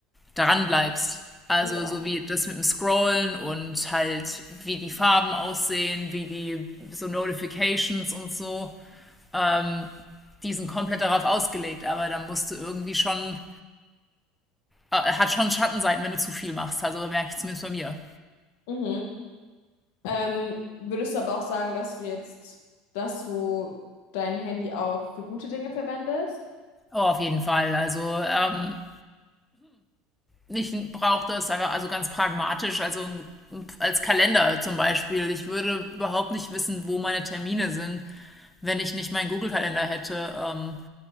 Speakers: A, in the centre; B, on the left (about 70°).
A: daran bleibst. Also
B: Ja.
A: so wie das mit dem Scrollen und halt wie die Farben aussehen, wie die so Notifications und so. Ähm, die sind komplett darauf ausgelegt, aber dann musst du irgendwie schon, äh, hat schon Schattenseiten, wenn du zu viel machst. Also merke ich zumindest bei mir.
B: Mhm. Ähm, würdest du aber auch sagen, dass du jetzt, dass du dein Handy auch für gute Dinge verwendest?
A: Oh, auf jeden Fall. Also ähm, ich brauche das einfach, also ganz pragmatisch, also als Kalender zum Beispiel. Ich würde überhaupt nicht wissen, wo meine Termine sind, wenn ich nicht meinen Google-Kalender hätte. Ähm,